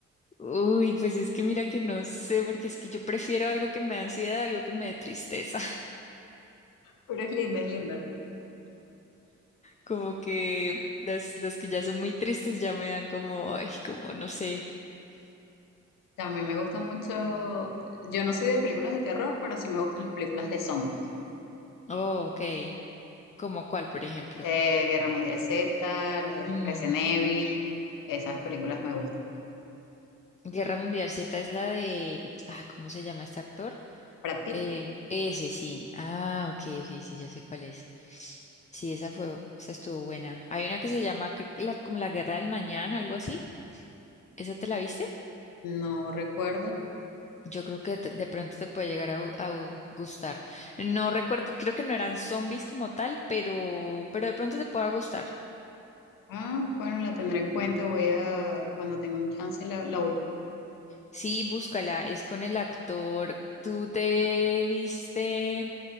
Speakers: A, on the left; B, on the left.
A: Uy, pues es que mira que no sé, porque es que yo prefiero algo que me da ansiedad, algo que me dé tristeza. <laughs>
B: pero es linda, es linda.
A: Como que las, las que ya son muy tristes ya me dan como, ay, como no sé.
B: También me gusta mucho, yo no soy de películas de terror, pero sí me gustan las películas de zombies.
A: Oh, ok. ¿Como cuál, por ejemplo?
B: Eh, Guerra Mundial Z, las de
A: Mm.
B: Resident Evil, esas películas me gustan.
A: Guerra Mundial Z es la de, ah, ¿cómo se llama este actor?
B: ¿Para ti?
A: Eh, ese sí. Ah, ok, ok, sí, ya sé cuál es. Sí, esa fue, esa estuvo buena. Hay una que se llama cr- la, como la Guerra del Mañana, algo así. ¿Esa te la viste?
B: No recuerdo.
A: Yo creo que te- de pronto te puede llegar a, gu- a gu- gustar. No recuerdo, creo que no eran zombies como tal, pero, pero de pronto te pueda gustar.
B: Ah, bueno, la tendré en cuenta, voy a, cuando tenga un chance la, la busco.
A: Sí, búscala. Es con el actor. ¿Tú te viste?